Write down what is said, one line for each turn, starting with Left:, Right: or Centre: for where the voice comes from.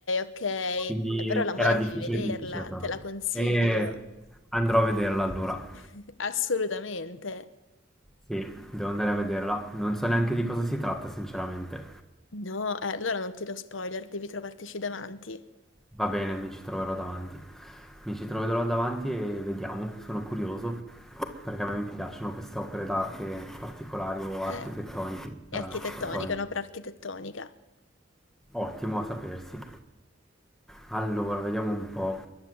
Left: ok. E
Centre: Quindi
Left: però la mole
Centre: era difficile,
Left: devi vederla,
Centre: difficile per
Left: te
Centre: me.
Left: la consiglio.
Centre: E andrò a vederla allora.
Left: <laughs> Assolutamente.
Centre: Sì, devo andare a vederla. Non so neanche di cosa si tratta, sinceramente.
Left: No, eh, allora non ti do spoiler, devi trovartici davanti.
Centre: Va bene, mi ci troverò davanti. Mi ci troverò davanti e vediamo. Sono curioso perché a me mi piacciono queste opere d'arte particolari o
Left: Eh,
Centre: architettoniche.
Left: è
Centre: strane,
Left: architettonica,
Centre: architettoniche.
Left: è un'opera architettonica.
Centre: Ottimo a sapersi. Allora, vediamo un po'.